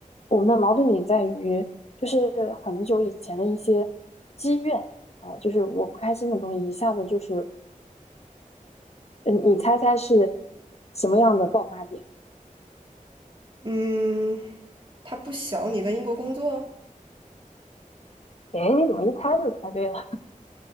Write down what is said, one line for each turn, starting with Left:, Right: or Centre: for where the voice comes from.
Left: 我们的矛盾点在于，就是很久以前的一些积怨啊，就是我不开心的东西，一下子就是，嗯，你猜猜是什么样的爆发点？
Right: 嗯，他不想你在英国工作，
Left: 哎，你怎么一猜就猜对了？